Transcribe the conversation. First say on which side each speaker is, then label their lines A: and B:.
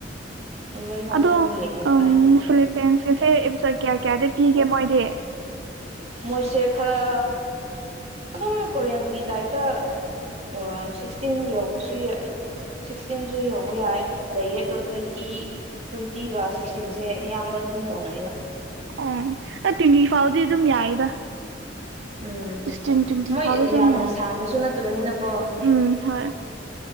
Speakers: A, on the right; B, on the right.
A: ꯏꯂꯚꯦꯟ ꯐꯥꯎꯗꯤ
B: ꯑꯗꯣ
A: ꯑꯗꯨꯝ ꯌꯦꯡꯉꯦꯕ
B: ꯎ ꯐꯄꯟꯁ ꯀꯁ ꯀꯌꯥ ꯀꯌꯥꯗꯤ ꯄꯤꯒꯦ ꯃꯣꯏꯗꯤ
A: ꯃꯣꯏꯁꯦ ꯈꯔ ꯑꯗꯨꯝ ꯀꯣꯔꯤꯌꯥꯟꯒꯤ ꯇꯥꯏꯞꯇ ꯑꯣ ꯁꯤꯛꯁꯇꯤꯟ ꯌꯧꯕꯁꯨ ꯌꯥꯏ ꯁꯤꯛꯁꯇꯤꯟꯁꯨ ꯌꯧꯕ ꯌꯥꯏ ꯂꯩꯌꯦ ꯑꯗꯣ ꯇ꯭ꯋꯦꯟꯇꯤ ꯇ꯭ꯋꯦꯟꯇꯤꯒ ꯁꯤꯛꯁꯇꯤꯟꯁꯦ ꯑꯌꯥꯝꯕ ꯨꯑꯗ‍‌ꯨꯝ ꯇꯧꯅꯒ
B: ꯑꯣ ꯑꯥ ꯇ꯭ꯋꯦꯟꯇꯤ ꯐꯥꯎꯗꯤ ꯑꯗꯨꯝ ꯌꯥꯏꯗ
A: ꯎꯝ
B: ꯐꯇꯤꯟ ꯇꯋꯦꯟꯤ
A: ꯃꯣꯏ
B: ꯐ
A: ꯌꯥꯝꯅ
B: ꯇ ꯌꯥ
A: ꯁꯥꯡꯕꯁꯨ ꯅꯠꯇꯕꯅꯤꯅꯀꯣ
B: ꯎꯝ ꯍ